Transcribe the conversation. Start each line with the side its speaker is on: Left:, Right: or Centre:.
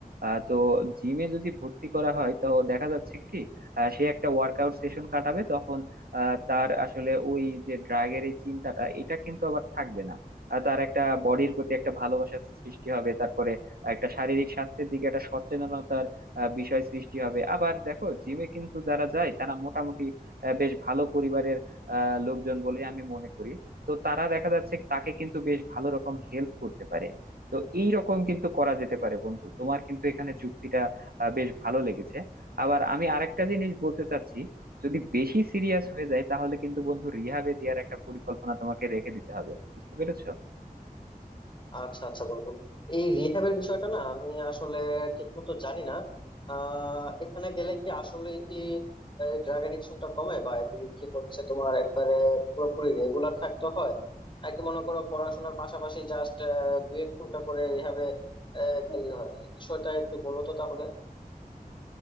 Right: আহ, তো জিমে যদি ভর্তি করা হয় তো দেখা যাচ্ছে কি আহ, সে একটা ওয়ার্কআউট সেশন কাটাবে তখন আহ, তার আসলে ওই যে ড্রাগের এই চিন্তাটা এটা কিন্তু আবার থাকবে না আর তার একটা বডির প্রতি একটা ভালোবাসার সৃষ্টি হবে তারপরে একটা শারীরিক স্বাস্থ্যের দিকে একটা সচেতনতার আহ, বিষয় সৃষ্টি হবে আবার দেখো জিমে কিন্তু যারা যায় তারা মোটামুটি আহ, বেশ ভালো পরিবারের আহ, লোকজন বলে আমি মনে করি তো তারা দেখা যাচ্ছে তাকে কিন্তু বেশ ভালো রকম হেল্প করতে পারে তো এই রকম কিন্তু করা যেতে পারে বন্ধু তোমার কিন্তু এখানে যুক্তিটা আহ, বেশ ভালো লেগেছে আবার আমি আরেকটা জিনিস বলতে চাচ্ছি যদি বেশি সিরিয়াস হয়ে যায় তাহলে কিন্তু বন্ধু রিহাবে দেওয়ার একটা পরিকল্পনা তোমাকে রেখে দিতে হবে বুঝতে পেরেছো
Left: আচ্ছা আচ্ছা বন্ধু এই রিহ্যাবের বিষয়টা না আমি আসলে ঠিক মতো জানি না আহ এখানে গেলে কি আসলে কি ড্রাগ এডিকশনটা কমে বা এদিকে কি হচ্ছে তোমার একবারে পুরোপুরি রেগুলার থাকতে হয় নাকি মনে করো পড়াশোনার পাশাপাশি জাস্ট দুই এক ঘন্টা করে রিহ্যাবে গেলে হয় এই বিষয়টা একটু বলো তো তাহলে